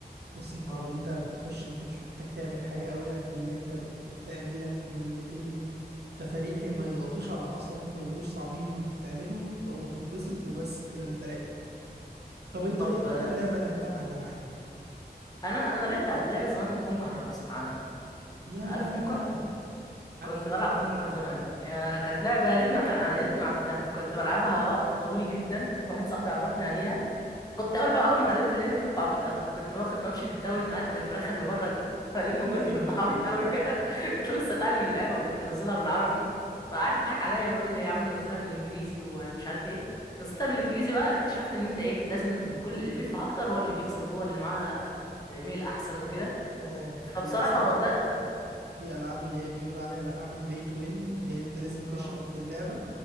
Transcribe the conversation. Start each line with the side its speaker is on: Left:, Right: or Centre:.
Right: بسيطة
Left: اه
Right: اللي انت بتخش انت مش محتاج تعمل حاجة قوي قد ان انت ت- تعمل لك مهمتين تفاريحي ما يضغطوش على اعصابك ما يبقوش صعبين وانت بتعملهم ف... وتتبسط وبس كده انت لعب طب انت
Left: طب
Right: ايه اكتر
Left: آه،
Right: لعبة لعبتها معلقة معاك
Left: انا انا لعبت لعبه زمان كونكر لو تسمع عنها
Right: ياه
Left: عارف كونكر
Right: عارف
Left: كنت
Right: كونكر
Left: بلعب كونكر
Right: <laughs>
Left: زمان يا- كانت لعبة يا ريتني ما تع- يا ريتني ما عرفتها كنت بلعبها وقت طويل جدا واحد صاحبي عرفني عليها كنت اول بقى اول ما اتعلمت اللعبة دي كنت عبيط قوي كنت باخ- بمشي في التاون اقتل الفراخ اللي بره دي <laughs> والم جولد
Right: ايوه
Left: كنت
Right: ايوه
Left: عبيط قوي <laughs> كنت لسه اتعلم اللعبة وكنت منزلها بالعربي فقعد يضحك عليا ويقول لي يا عم نزلها بالانجليزي ومش عارف ايه نزلتها بالانجليزي بقى اكتشفت ان انت ايه لازم كل اللي بيدفع اكتر هو اللي بيكسب وهو اللي معاه ايميل احسن وكده
Right: اه
Left: فبصراحة
Right: للاسف
Left: ده
Right: في العاب اللي هي بيقولوا عليها الالعاب البي تو وين اللي هي انت لازم تشحن
Left: اه
Right: في اللعبة